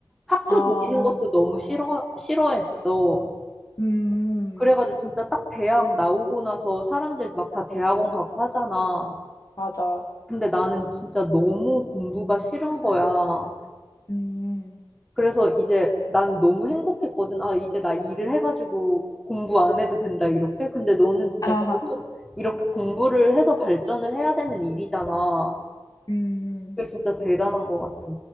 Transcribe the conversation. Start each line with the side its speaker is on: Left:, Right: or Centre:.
Centre: 학교
Left: 아,
Centre: 다니는 것도 너무 싫어, 싫어했어.
Left: 음, 음.
Centre: 그래가지고 진짜 딱 대학 나오고 나서 사람들 막 다 대학원 가고 하잖아.
Left: 맞아.
Centre: 근데 나는 진짜 너무 공부가 싫은 거야.
Left: 음.
Centre: 그래서 이제 난 너무 행복했거든. 아, 이제 나 일을 해가지고 공부 안 해도 된다, 이렇게. 근데 너는 진짜
Left: 아,
Centre: 계속
Left: <laughs>
Centre: 이렇게 공부를 해서 발전을 해야 되는 일이잖아.
Left: 음.
Centre: 그게 진짜 대단한 것 같아.